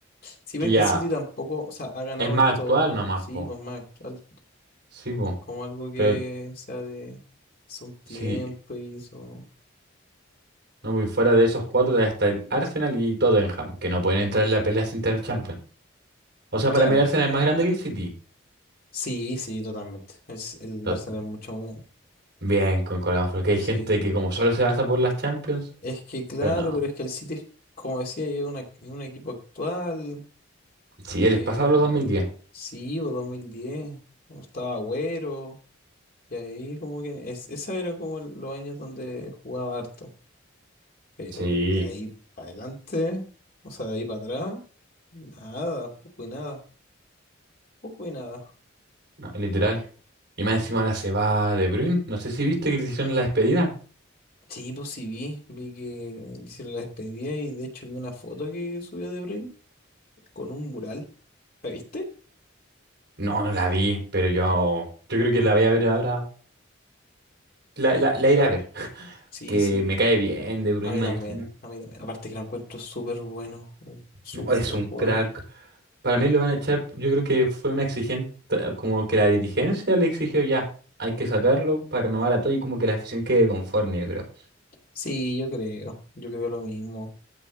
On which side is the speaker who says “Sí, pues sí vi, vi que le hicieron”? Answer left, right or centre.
Left